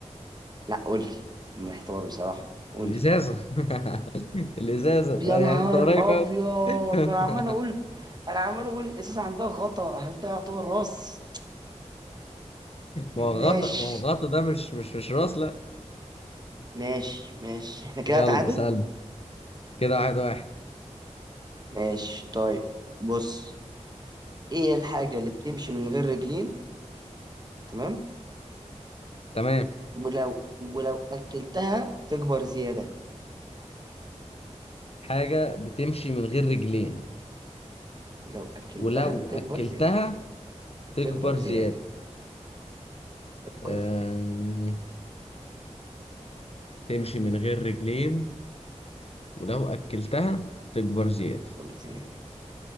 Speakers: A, on the right; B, on the left.
A: لا قولي محتار بصراحة قولي
B: الازازه <laughs> الازازه
A: يا نهار
B: يعني انت قريب
A: ابيض
B: قوي <laughs>
A: ما انا عمال اقول انا عمال اقول الازازة عندها غطا هل ده يعتبر راس
B: ما هو
A: ماشي
B: غطا ما هو غطا ده مش مش مش راس لا
A: ماشي ماشي احنا كده
B: يلا
A: تعادل
B: سأل كده واحد واحد
A: ماشي طيب بص ايه الحاجة اللي بتمشي من غير رجلين تمام
B: تمام
A: ولو ولو اكلتها تكبر زيادة
B: حاجه بتمشي من غير رجلين
A: ولو اكلتها
B: ولو
A: تكبر
B: اكلتها
A: زيادة
B: تكبر
A: تكبر
B: زياده
A: زيادة فكر
B: أم...
A: فيها
B: تمشي من غير رجلين ولو أكلتها تكبر زيادة
A: تكبر زيادة